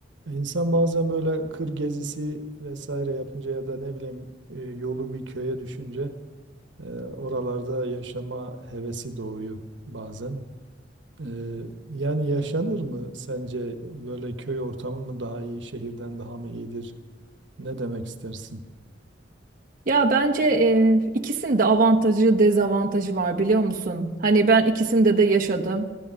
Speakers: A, on the right; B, on the right.
A: Ya İnsan bazen böyle kır gezisi vesaire yapınca ya da ne bileyim e, yolu bir köye düşünce e, oralarda yaşama hevesi doğuyor bazen. E, yani yaşanır mı sence böyle köy ortamı mı daha iyi, şehirden daha mı iyidir? Ne demek istersin?
B: Ya bence e, ikisinin de avantajı, dezavantajı var biliyor musun? Hani ben ikisinde de yaşadım.